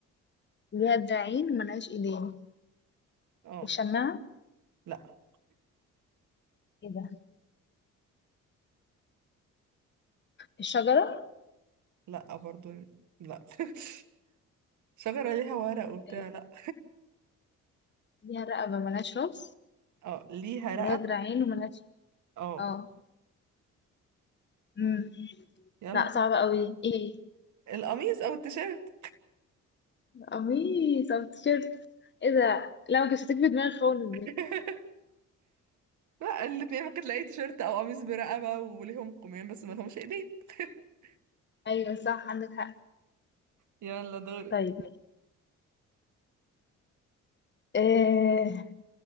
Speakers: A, on the left (about 35°); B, on the right (about 75°).
A: ليها دراعين ملهاش ايدين
B: اه
A: الشماعة
B: لا
A: ايه ده الشجرة
B: لا برضه لا <laughs> شجرة ليها ورق وبتاع
A: إيه.
B: لا
A: ليها رقبة ملهاش راس
B: اه ليها رقبة
A: ولها دراعين وملهاش
B: اه
A: اه امم
B: يلا
A: لا صعبة قوي ايه
B: القميص او التيشيرت
A: قميص او تيشيرت ايه ده لا ما كنتش هتيجي في دماغي خالص دي
B: <laughs> لا الاتنين ممكن تلاقي تيشيرت او قميص برقبة وليهم قمام بس ما لهمش ايدين <laughs>
A: ايوه صح عندك حق
B: يلا دورك
A: طيب إيه